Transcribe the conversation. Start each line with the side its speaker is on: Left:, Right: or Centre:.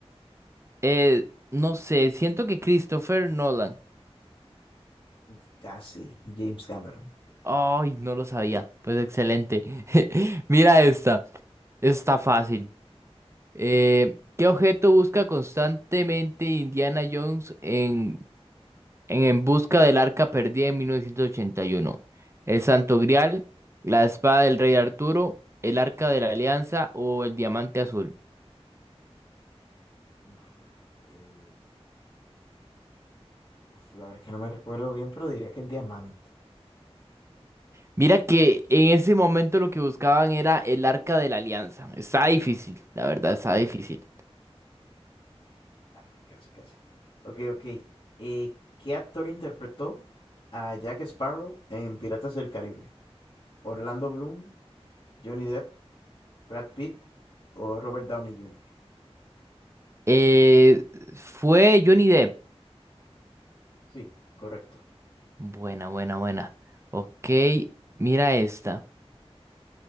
Right: Eh, no sé, siento que Christopher Nolan.
Left: Uf, Casi, James Cameron.
Right: Ay, no lo sabía. Pues excelente. <laughs> Mira esta. Está fácil. Eh, ¿qué objeto busca constantemente Indiana Jones en, en En busca del arca perdida en 1981? ¿El Santo Grial, la espada del rey Arturo, el arca de la Alianza o el diamante azul?
Left: Uf, el- uf, la verdad es que no me recuerdo bien, pero diría que el diamante.
Right: Mira que en ese momento lo que buscaban era el arca de la Alianza. Está difícil,
Left: Ah,
Right: la verdad, está
Left: No, hombre,
Right: difícil.
Left: ay, casi, casi. Ok, ok. Eh, ¿qué actor interpretó a Jack Sparrow en Piratas del Caribe? ¿Orlando Bloom, Johnny Depp, Brad Pitt o Robert Downey Jr.?
Right: Eh, fue Johnny Depp.
Left: Sí, correcto.
Right: Buena, buena, buena. Ok, mira esta.